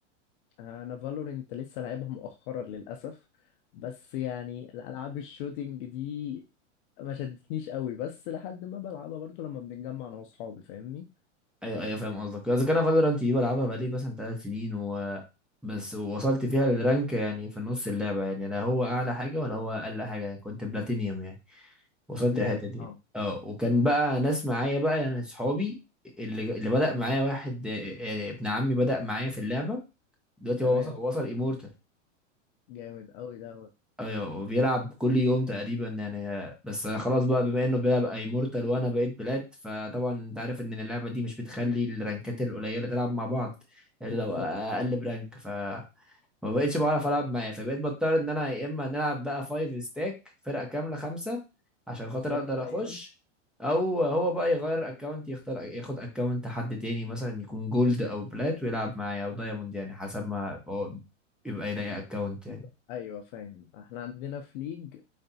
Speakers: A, on the left; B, in the centre.
A: انا فالورنت لسه لعبها مؤخرا للاسف بس يعني الالعاب الشوتينج دي ما شدتنيش قوي بس لحد ما بلعبها برضو لما بنتجمع انا واصحابي فاهمني
B: ايوه ايوه فاهم قصدك اذا كان فالورانت دي بلعبها بقالي مثلا ثلاث سنين و بس وصلت فيها للرانك يعني في النص اللعبه يعني لا هو اعلى حاجه ولا هو اقل حاجه يعني كنت بلاتينيوم يعني وصلت
A: بلاك
B: الحته دي
A: اه
B: اه وكان بقى ناس معايا بقى يعني اصحابي اللي اللي بدأ معايا واحد آه، آه، ابن عمي بدأ معايا في اللعبه دلوقتي
A: تمام
B: هو وصل وصل ايمورتال
A: جامد قوي دوت
B: ايوه وبيلعب كل يوم تقريبا يعني بس خلاص بقى بما انه بيلعب اي مورتال وانا بقيت بلاد فطبعا انت عارف ان اللعبه دي مش بتخلي الرانكات القليله تلعب مع بعض الا
A: بالظبط
B: لو اقل برانك ف ما بقتش بعرف العب معاه فبقيت بضطر ان انا يا اما نلعب بقى فايف ستاك فرقه كامله خمسه عشان خاطر
A: بالظبط
B: اقدر
A: ايوه
B: اخش او هو بقى يغير اكونت يختار ياخد اكونت حد تاني مثلا يكون جولد او بلات ويلعب معايا او دايموند يعني حسب ما هو يبقى يلاقي اكونت يعني
A: يبقى- ايوه فاهم احنا عندنا في ليج